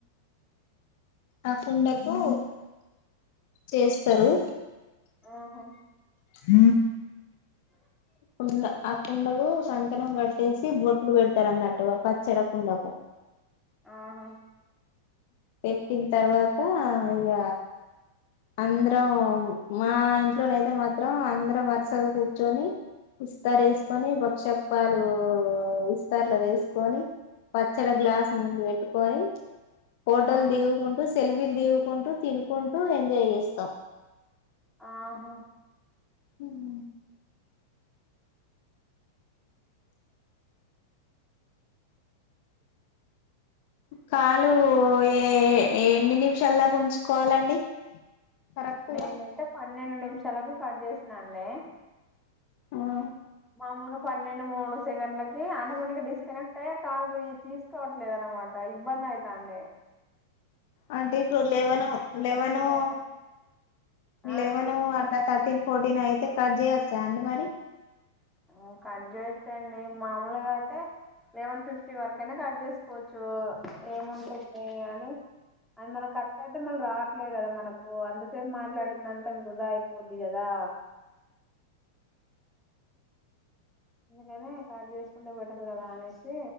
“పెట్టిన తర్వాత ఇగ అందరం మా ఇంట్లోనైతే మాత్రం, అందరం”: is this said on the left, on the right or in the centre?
Left